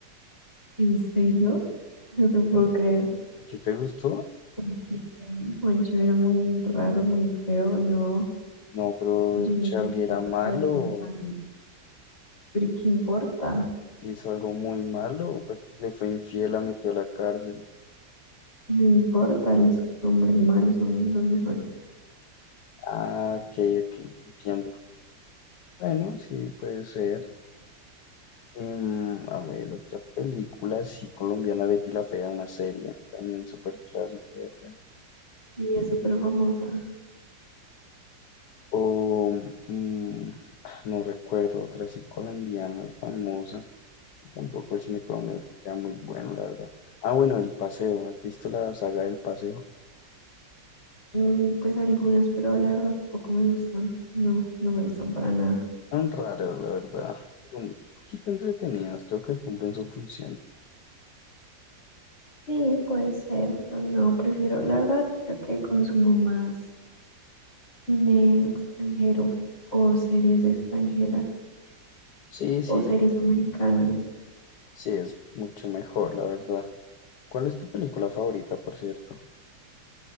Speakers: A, on the left; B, on the left.
A: ¿En serio? No te puedo creer.
B: ¿A ti te gustó?
A: Porque Juancho era muy raro, muy feo, no.
B: No, pero
A: Jamie
B: Charlie
A: tenía
B: era
A: que estar
B: malo,
A: con Charlie. Pero ¿y qué importa?
B: hizo algo muy malo, porque le fue infiel, la metió a la cárcel.
A: No importa, los hombres malos son los mejores.
B: Ah, ok, ok, entiendo. Bueno, sí, puede ser. Em, a ver, otra película, sí, colombiana, Betty la Fea, una serie, también súper clásica de acá.
A: Y es súper famosa.
B: O, mm, ah, no recuerdo otra así colombiana, famosa. Tampoco el cine colombiano es que sea muy bueno, la verdad. Ah, bueno, El Paseo, ¿no ¿has visto la saga del Paseo?
A: Mm, Pues algunas, pero la verdad poco me gustan. No, no me gustan para nada.
B: Son raras, la verdad, pero un poquito entretenidas, creo que cumplen su función.
A: Sí, puede ser, pero no, prefiero, la verdad, creo que consumo más cine extranjero o series extranjeras
B: Sí, sí,
A: o series americanas.
B: sí, es mucho mejor, la verdad. ¿Cuál es tu película favorita, por cierto?